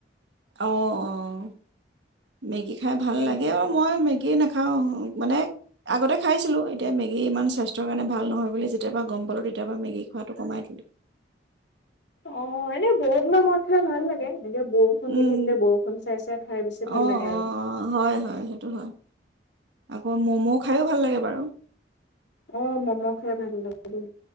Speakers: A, on the right; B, on the left.
A: অহ', -অ', মেগী খাই ভাল
B: মেগী
A: লাগে, আও মই মেগী নাখাওঁ মানে আগতে, - খাইছিলোঁ এতিয়া মেগী ইমান স্বাস্থ্যৰ কাৰণে ভাল নহয় বুলি যেতিয়াৰ পৰা গম পালোঁ, তেতিয়াৰ পৰা মেগী খোৱাটো কমাই দলোঁ।
B: অ', এনে বহুত দিনৰ মূৰত খাই ভাল লাগে, এনেকে বৰষুণ
A: উম,
B: দি থাকিলে বৰষুণ চাই চাই খাই বেছি
A: অ',
B: ভাল লাগে আৰু
A: অ', হয়, হয়, সেইটো হয়, আকৌ ম'ম' খায়ো ভাল লাগে বাৰু <inaudible>
B: অ ম'ম' খাই ভাল লাগে দে